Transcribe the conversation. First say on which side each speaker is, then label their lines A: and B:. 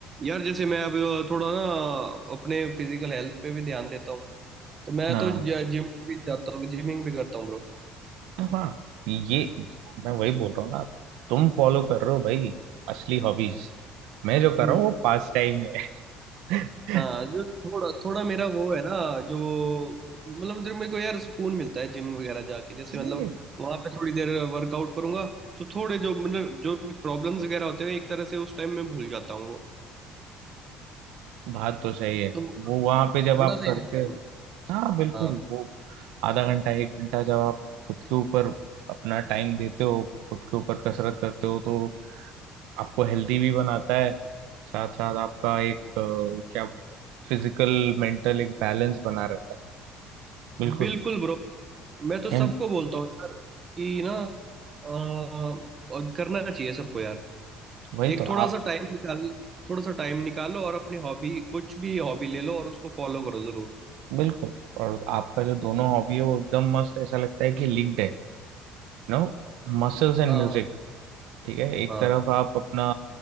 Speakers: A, on the right; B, on the right.
A: यार जैसे मैं अभी थोड़ा ना अपने फिजिकल हेल्थ पे भी ध्यान देता हूँ तो मैं
B: ना
A: तो जिम भी जाता हूँ जिमिंग भी करता हूँ ब्रो
B: तो हाँ ये मैं वही बोल रहा हूँ ना तुम फॉलो कर रहे हो भाई असली हॉबीज मैं जो कर
A: हम्म
B: रहा हूँ वो पास टाइम है <laughs>
A: हाँ जो थोड़ा थोड़ा मेरा वो है ना जो मतलब जो मेरे को यार सुकून मिलता है जिम वगैरह जाके जैसे
B: नहीं
A: मतलब
B: नहीं
A: वहां पे थोड़ी देर वर्कआउट करूंगा तो थोड़े जो मतलब जो भी प्रॉब्लम्स वगैरह होते हैं एक तरह से उस टाइम में भूल जाता हूँ वो
B: बात तो सही है
A: तो
B: वो वहां पे जब
A: बड़ा
B: आप
A: सही
B: करते
A: लगता है
B: हाँ बिल्कुल
A: हाँ
B: वो आधा घंटा एक घंटा जब आप खुद के ऊपर अपना टाइम देते हो खुद के ऊपर कसरत करते हो तो आपको हेल्दी भी बनाता है साथ साथ आपका एक अ, क्या बोलते हैं, फिजिकल मेंटल एक बैलेंस बना रहता है बिल्कुल
A: बिल्कुल ब्रो मैं तो सबको
B: एंड
A: बोलता हूँ यार कि ना अ, और करना चाहिए सबको यार
B: वही
A: एक
B: तो
A: थोड़ा
B: आप
A: सा टाइम निकाल थोड़ा सा टाइम निकालो और अपनी हॉबी कुछ भी हॉबी ले लो और उसको फॉलो करो जरूर
B: बिल्कुल और आपका जो दोनों हॉबी है वो एकदम मस्त ऐसा लगता है कि लिंक्ड है नो मसल्स एंड
A: हाँ
B: म्यूजिक
A: हाँ
B: ठीक है एक
A: हाँ
B: तरफ आप अपना